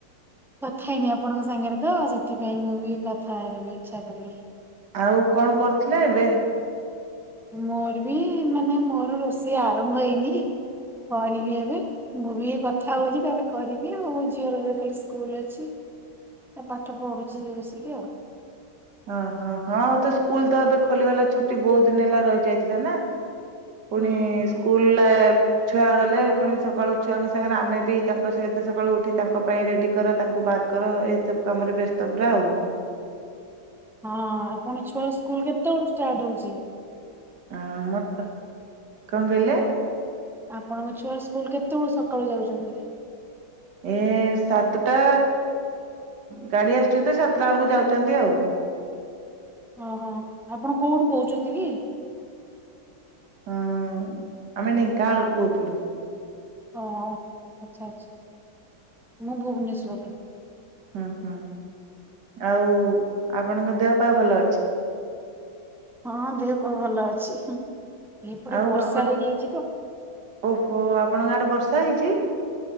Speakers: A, in the centre; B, on the right.
A: କଥା ହେଇନି ଆପଣଙ୍କ ସାଙ୍ଗରେ ତ ସେଥିପାଇଁ ମୁଁ ବି କଥା ହେବି ଇଚ୍ଛା କଲି।
B: ଆଉ କଣ କରୁଥିଲେ ଏବେ?
A: ମୋର ବି ମାନେ ମୋର ରୋଷେଇ ଆରମ୍ଭ ହେଇନି କରିବି ଏବେ। ମୁଁ ବି କଥା ହଉଚି ତାପରେ କରିବି ଆଉ ମୋ ଝିଅର ଖାଲି ସ୍କୁଲ ଅଛି। ତା ପାଠ ପଢୁଚି ସେ ବସିକି ଆଉ।
B: ଓହୋ ହଁ ତ ସ୍କୁଲ ତ ଏବେ ଖୋଲିଗଲା ଛୁଟି ବହୁତ ଦିନ ହେଲା ରହିଯାଇଥିଲା ନା। ପୁଣି
A: ହୁଁ
B: ସ୍କୁଲ
A: ଆଜ୍ଞା।
B: ଲା ଛୁଆ ଗଲେ ପୁଣି ସକାଳୁ ଛୁଆଙ୍କ ସାଙ୍ଗରେ ଆମେ ବି ତାଙ୍କ ସହିତ ସକାଳୁ ଉଠି ତାଙ୍କ ପାଇଁ ରେଡି କର ତାଙ୍କୁ ବହାର କର ଏଇ ସବୁ କାମରେ ବ୍ୟସ୍ତ ପୁରା ଆଉ
A: ହଁ ଆପଣଙ୍କ ଛୁଆର ସ୍କୁଲ କେତେବେଳ ଷ୍ଟାର୍ଟ ହୋଉଛି?
B: ଆ ମ କଣ କହିଲ?
A: ଆପଣଙ୍କ ଛୁଆର ସ୍କୁଲ କେତେବେଳୁ ସକାଳୁ ଯାଉଚନ୍ତି?
B: ଏ ସାତଟା ଗାଡି ଆସୁଚି ତ ସାତଟା ବେଳକୁ ଯାଉଛନ୍ତି ଆଉ।
A: ଓହୋ ଆପଣ କୋଉଠୁ କହୁଚନ୍ତି କି?
B: ହଁ ଆମେ ଢେଙ୍କାନାଳ ରୁ କହୁଥିଲୁ।
A: ହଁ ଆଚ୍ଛା ଆଚ୍ଛା ମୁଁ ଭୁବନେଶ୍ୱରରୁ।
B: ହୁଁ ହୁଁ ଆଉ ଆପଣଙ୍କ ଦେହ ପା ଭଲ ଅଛି?
A: ହଁ ଦେହ ପା ଭଲ ଅଛି ଏଇପଟେ
B: ଆଉ
A: ବର୍ଷା
B: ଆପଣ
A: ହେଇଯାଇଛି ତ
B: ଓହୋ ଆପଣଙ୍କ ଆଡେ ବର୍ଷା ହୋଉଚି?